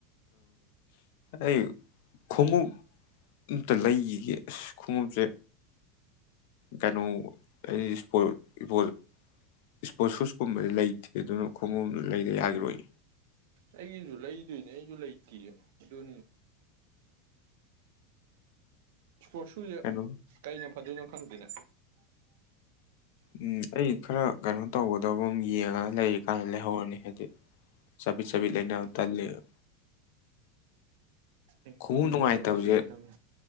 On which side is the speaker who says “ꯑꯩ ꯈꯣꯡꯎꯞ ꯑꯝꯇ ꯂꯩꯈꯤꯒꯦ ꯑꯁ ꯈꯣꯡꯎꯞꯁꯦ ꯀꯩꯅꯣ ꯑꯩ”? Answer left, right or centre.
Left